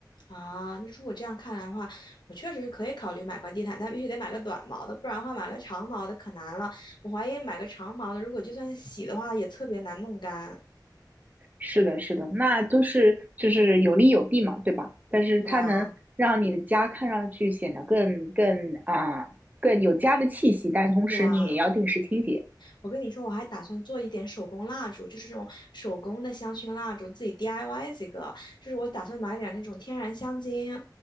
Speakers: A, on the left (about 80°); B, on the right (about 20°).
A: 啊，那如果这样看来的话，我确实是可以考虑买块地毯，但必须得买个短毛的，不然的话买个长毛的可难了。我怀疑买个长毛的，如果就算洗的话，也特别难弄干。
B: 是的，是的，那都是就是有利有弊嘛，对吧？但是它能让你的家看上去显得更更啊、
A: 对啊，
B: 更有家的气息，但同时你也要定时清洁。
A: 对啊。我跟你说，我还打算做一点手工蜡烛，就是这种手工的香薰蜡烛，自己 DIY 几个。就是我打算买点那种天然香精，